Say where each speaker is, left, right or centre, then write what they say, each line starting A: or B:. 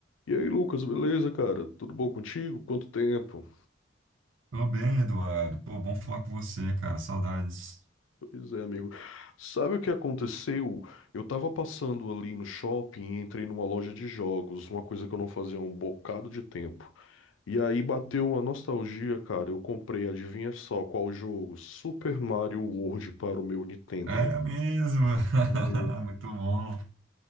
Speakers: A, on the left; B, on the right.
A: E aí, Lucas, beleza, cara? Tudo bom contigo? Quanto tempo?
B: Tô bem, Eduardo. Pô, bom falar com você, cara. Saudades.
A: Pois é, amigo. Sabe o que aconteceu? Eu tava passando ali no shopping e entrei numa loja de jogos, uma coisa que eu não fazia há um bocado de tempo. E aí bateu uma nostalgia, cara. Eu comprei, adivinha só qual jogo? Super Mario World para o meu Nintendo.
B: É mesmo.
A: Uhum.
B: <laughs> Muito bom,